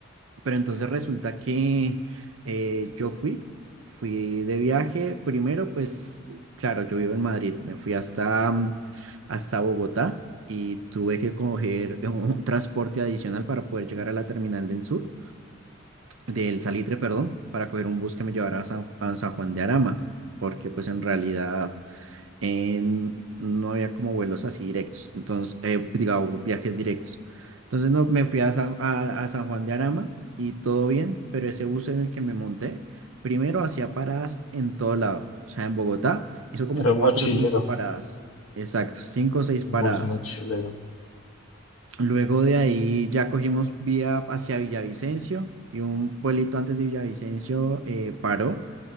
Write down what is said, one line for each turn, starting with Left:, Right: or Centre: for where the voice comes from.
Right: Pero entonces resulta que eh, yo fui, fui de viaje. Primero, pues claro, yo vivo en Madrid, me fui hasta, mm, hasta Bogotá y tuve que coger <laughs> eh, un transporte adicional para poder llegar a la terminal del sur, del Salitre, perdón, para coger un bus que me llevara a San, a San Juan de Arama, porque pues en realidad eh, no había como vuelos así directos, entonces, eh, digamos, viajes directos. Entonces no, me fui a San, a, a San Juan de Arama y todo bien, pero ese bus en el que me monté, primero hacía paradas en todo lado, o sea, en Bogotá hizo como
Left: pero
Right: cuatro
Left: mochilero.
Right: o cinco paradas, exacto, cinco o seis paradas.
Left: Bus mochilero
Right: Luego de ahí ya cogimos vía hacia Villavicencio y un pueblito antes de Villavicencio eh, paró